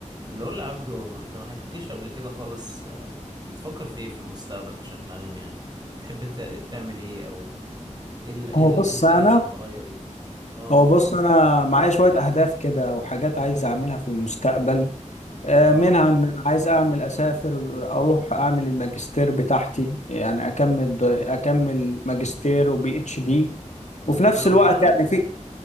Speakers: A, on the right; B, on the left.
A: اللي قول لي عبدو انت ما حكيتليش قبل كده خالص آه، بتفكر في ايه في المستقبل بشكل عام يعني تحب تع- تعمل ايه او ايه ال- ايه
B: هو
A: ال-
B: بص
A: ايه الحاجة
B: انا
A: اللي هتتغير يعني اه قول
B: هو بص انا معايا شويه اهداف كده وحاجات عايز اعملها في المستقبل آه،
A: اه
B: منها ان انا عايز اعمل اسافر اروح اعمل الماجستير بتاعتي يعني اكمل اكمل ماجستير وبي اتش دي وفي
A: هتعملهم
B: نفس الوقت
A: بره
B: يعني في